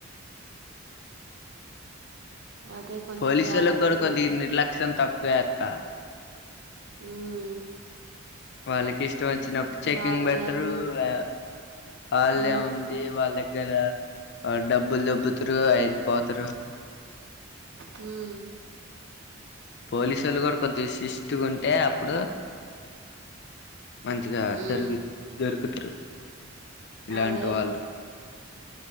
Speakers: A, on the right; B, on the left.
A: అదే కొంచెం
B: పోలీసు
A: జాగ్రత్తగా
B: ఓల్లకు కూడా కొద్దిగా
A: ఉండు
B: నిర్లక్ష్యం తక్కువే అక్క
A: ఉమ్
B: వాళ్ళకిష్ త్ వచ్చినప్పుడు చెకింగ్
A: వాళ్ళదేముంది
B: బెడతరు వా వాల్లే
A: ఆ
B: ఉంది వాళ్ళ దగ్ కదా డబ్బులు దబ్బతరు అయిపోతరు
A: ఉమ్
B: పోలీసోళ్ళు కూడా కొద్దిషిస్ట్ గా ఉంటే అప్పుడు మంచిగా
A: ఉమ్
B: జరిగి దొరుకుతారు ఇలాంటి
A: అదే
B: వాళ్ళు